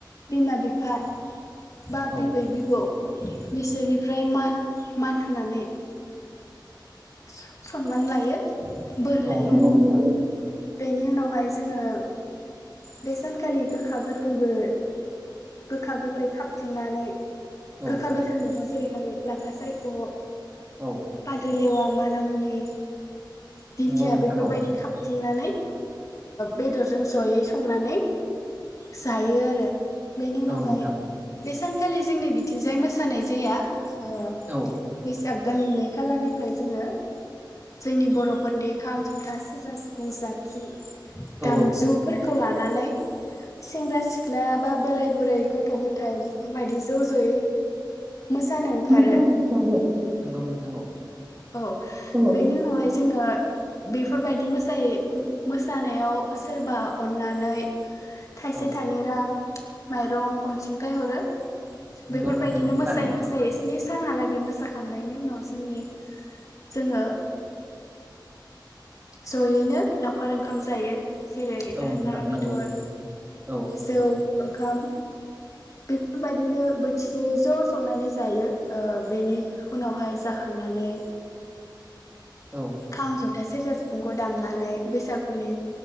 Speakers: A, on the left; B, on the right.
A: बिमा बिफा बा
B: औ
A: बिबै बिबौ बिसोरनिफ्राय मान मान होननानै सनमान लायो बोर
B: औ
A: लायो
B: नंगौनि
A: बेनि उनावहाय जोङो बे सानखालि गोखा गोखैबो गोखा गोखै थाबफिननानै
B: औ
A: गोखाा गोस न लाफा सायखौ
B: औ
A: पाद लेवा मानामुनि दिंखिया
B: नंगौ नोंथां
A: बेफोरबायदि
B: औ
A: थथिंनानै बेदरजों जयै संनानै जायो आरो बेनि उनावहाय
B: औ नोंथां
A: बे सानखालि जोंनि बिथिंजाय मोसानाय जाया अ
B: औ
A: फैसा दाननि नै खालारनिफ्राय जोङो जोंनि बर'फोरनि खाम जथा सिरजा सिफुं जाबसुं गामजुफोर
B: औ
A: खौ लानानै सेंग्रा सिख्ला माबा बोराय बुरै गथ' गथाय बे बायदि ज' ज'यै मोसानो ओंखारो
B: मोजां मोनथारो नंगौ नोंथां औ
A: औ
B: औ
A: बेनि उनावहाय जोङो बेफोरबायदि मोसायो मोसानायाव सोरबा अननानै थाइसे
B: औ
A: थाइनै रां माइरं अनसुंथाइ हरो
B: नंगौ
A: बेफोरबायदिनो
B: नोंथां औ
A: मोसायै
B: थारैनो
A: मोसायै स्नि सानहालागै मोसाखांनायनि उनाव जोंनि जोंङो जयैनो लावखार ओंखाम जायो। जेरै
B: औ नोंथां
A: ना बेदर
B: नंगौ औ
A: जौ ओंखाम बेफोरबायदिनो बोथिसे ज' संनानै जायो बेनि उनावहाय जाखांनानै
B: औ
A: खाम ज था सेरजा सिफुंखौ दामनानै बैसागुनि